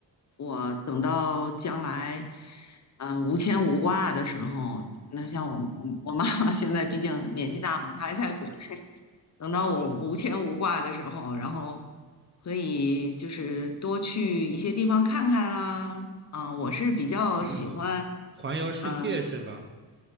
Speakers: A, on the left; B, on the right.
A: 我等到将来，呃，无牵无挂的时候，那像我我我妈妈现在毕竟年纪大嘛，她还在国内。等到我无牵无挂的时候，然后可以就是多去一些地方看看啊，啊，我是比较喜欢，
B: <clears throat> 环游世界是吧？
A: 嗯、